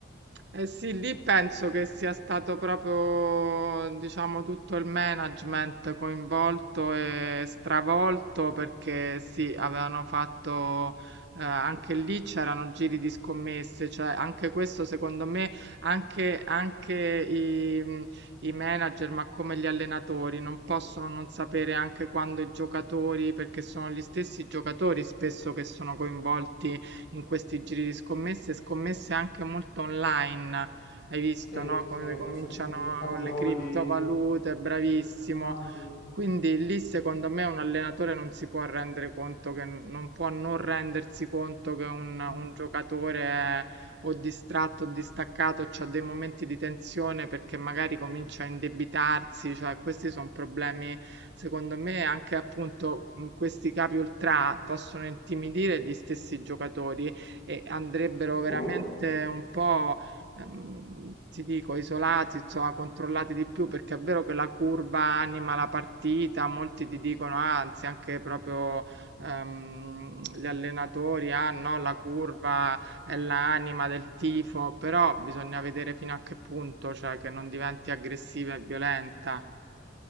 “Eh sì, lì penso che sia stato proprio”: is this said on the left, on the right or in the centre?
Right